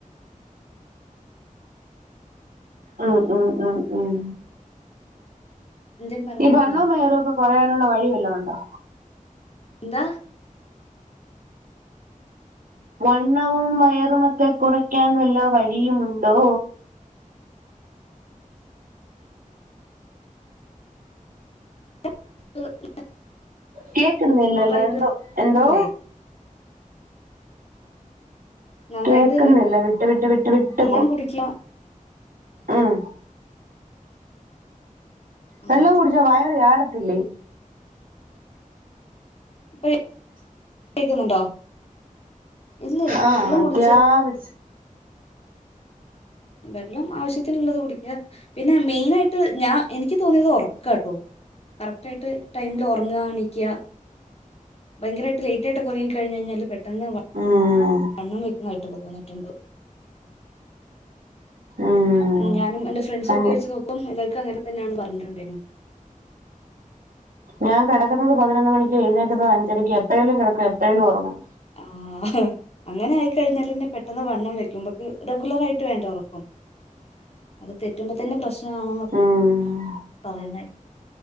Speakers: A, on the right (about 85°); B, on the left (about 45°).
A: ഉം ഉം ഉം ഉം
B: എന്തേം പറഞ്ഞായിരുന്നോ
A: ഈ വണ്ണോം വയറും ഒക്കെ കൊറയാന് വഴിവല്ലോം ഉണ്ടോ?
B: എന്താ
A: വണ്ണവും വയറുമൊക്കെ കുറയ്ക്കാൻ വല്ല വഴിയുമുണ്ടോ?
B: <inaudible>
A: കേക്കുന്നില്ലല്ലോ
B: പ്രോപ്പറായിട്ട്
A: ന്തോ എന്തോ
B: ഇല്ലേ നന്നായിട്ട്
A: കേക്കുന്നില്ല വിട്ട് വിട്ട് വിട്ട് വിട്ട്
B: വെള്ളം
A: പോയ്
B: കുടിക്കുക
A: ഉം
B: ആണോ
A: വെള്ളം കുടിച്ച വയറ് ചാട ത്തില്ലേ
B: ഇപ്പൊ കേക്കുന്നുണ്ടോ? ഇല്ല ഇല്ല
A: ആഹ്
B: വെള്ളം
A: അത്യാവശ്യം
B: കുടിച്ച വെള്ളം ആവശ്യത്തിനുള്ളത് കുടിക്കുക പിന്നെ മെയിൻ ആയിട്ട് ഞാൻ എനിക്ക് തോന്നിയത് ഉറക്ക കേട്ടോ കറക്റ്റ് ആയിട്ട് ടൈമില് ഉറങ്ങ എനീകുക ഭയങ്കരമായിട്ട് ലേറ്റ് ആയിട്ട് ഉറങ്ങി കഴിഞ്ഞ കഴിഞ്ഞാല് പെട്ടെന്ന പെട്ടെന്ന്
A: ഉം
B: വണ്ണം വെക്കുന്നതായിട്ട് തോന്നിട്ടുണ്ട്
A: ഉം
B: ഞാനും എന്റെറെ ഫ്രണ്ട്സ്
A: അ
B: ഒക്കെ വെച്ച് നോക്കും എല്ലാവർക്കും അങ്ങനെ തന്നെയാണ് പറഞ്ഞിട്ടുണ്ടന്ന
A: ഞാൻ കിടക്കുന്നത് പതിനോന്ന് മണിക്ക് എഴുന്നേക്കുന്നത് അഞ്ചരയ്ക്ക് എപ്പഴേലും കിടക്കും എപ്പഴേലും ഉറങ്ങും
B: ആഹ അങ്ങനെ ആയിക്കഴിഞ്ഞാൽന്നെ പെട്ടന്ന് വണ്ണം വെക്കുമ്പൊക്ക് റെഗുലർ ആയിട്ട് വേണ്ട ഉറക്കും അത് തെറ്റുമ്പോ തന്നെ പ്രശ്ന ആണൊക്കെ
A: ഉം
B: പറയുന്ന